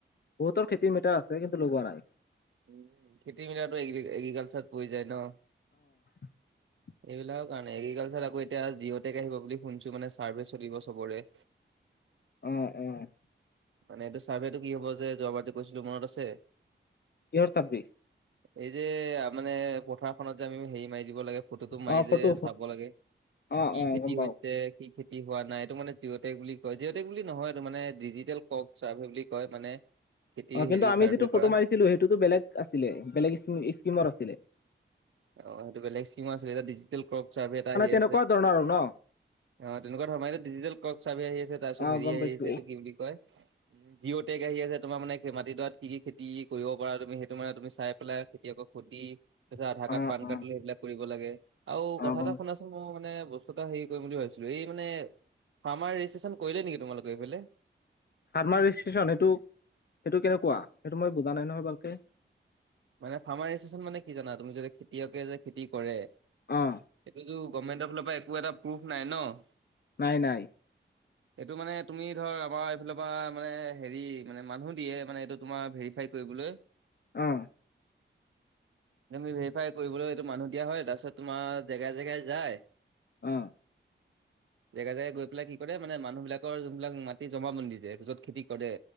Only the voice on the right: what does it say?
উ খেতি মেলাটো এগ্ৰিকালচাৰত পৰি যায় ন?
এইবিলাকৰ কাৰণে এগ্ৰিকালচাৰ আকৌ এতিয়া জিঅ'টেক আহিব বুলি শুনিছো মানে চাৰ্ভে চলিব চবৰে
মানে এইটো চাৰ্ভেটো কি হ'ব যে যোৱাবাৰ যে কৈছিলো মনত আছে
এই যে মানে পথাৰখনত যে আমি হেৰি মাৰি দিব লাগে, ফটোটো মাৰি
যে চাব লাগে
কি
খেতি
হৈছে। কি খেতি হোৱা নাই এইটো মানে জি অ'টেক বুলি কয় জিঅ'টেক বুলি নহয় এইটো মানে ডিজিটেল কক ছাৰ্ভে বুলি কয় মানে। খেতিৰ
হেৰি
চাৰ্ভে
কৰা।
অ সেইটো বেলেগ স্কিমৰ আছিলে এতিয়া ডিজিটেল ক্ৰপ চাৰ্ভ এটা আহি
আছে।
অ তেনেকুৱা ধৰণে ডিজিটেল কক ছাৰ্ভে আহি আছে তাৰ পিছত
হেৰি
আহি
আছে এইটো কি বুলি কয় জিঅ' টেক আহি আছে তোমাৰ মানে মাটিডৰাত কি কি খেতি টি কৰিব পৰা তুমি সেইটো মানে তুমি চাই পেলাই খেতিয়ক সুধি তাৰপিছত আধাৰ
কাৰ্ড পান
কাৰ্ড, সেইবিলাক কৰিব লাগে আৰু
কথা
এটা শুনাচ মই মানে বস্তু এটা হেৰি কৰিম বুলি ভাবিছিলো এই মানে, ফাৰ্মাৰ ৰেজিষ্ট্ৰেচন কৰিলে নেকি তোমালোকৰ এইফালে
মানে ফাৰ্মাৰ এছেছন মানে কি জানা? তুমি যদি খেতিয়কে যে খেতি কৰে
সেইটোতো গভমেণ্টৰ ফালৰ পৰা একো এটা প্ৰুফ নাই ন'।
এইটো মানে তুমি ধৰ, আমাৰ এইফালৰ পৰা মানে, হেৰি মানে মানুহ দিয়ে, মানে এইটো তোমাৰ ভেৰিফাই কৰিবলৈ।
তুমি ভেৰিফাই কৰিবলৈ এইটো মানুহ দিয়া হয়। তাৰছত তোমাৰ জেগাই - জেগাই যায়।
জেগা - জেগা গৈ পেলাই কি কৰে, মানে মানুহবিলাকৰ যোনবিলাক মাটি জমাবন্দী দিয়ে, য'ত খেতি কৰে